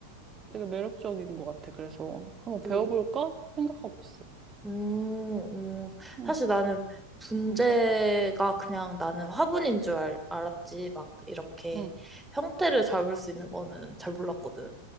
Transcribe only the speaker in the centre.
그리고,
음, 음,
사실 나는 분재가
그냥 나는 화분인 줄 알, 알았지. 막 이렇게
형태를 잡을 수 있는 거는 잘 몰랐거든.